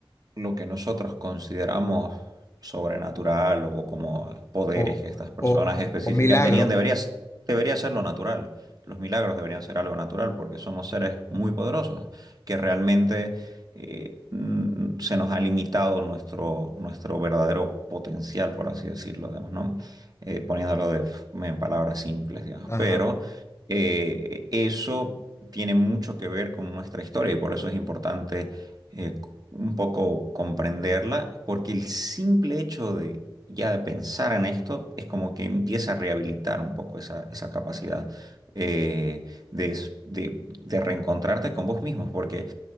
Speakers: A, on the right; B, on the left.
A: lo que nosotros consideramos sobrenatural o como poderes
B: o,
A: que estas personas
B: o,
A: específicas
B: o milagro.
A: tenían, debería, s- debería ser lo natural. Los milagros deberían ser algo natural porque somos seres muy poderosos que realmente eh, mm, se nos ha limitado nuestro, nuestro verdadero potencial, por así decirlo, digamos, ¿no? Eh, poniéndolo de, f- en palabras simples, digamos.
B: Ajá,
A: Pero eh, eso tiene mucho que ver con nuestra historia y por eso es importante eh, un poco comprenderla, porque el simple hecho de ya de pensar en esto es como que empieza a rehabilitar un poco esa, esa capacidad eh, de, s- de- de reencontrarte con vos mismos, porque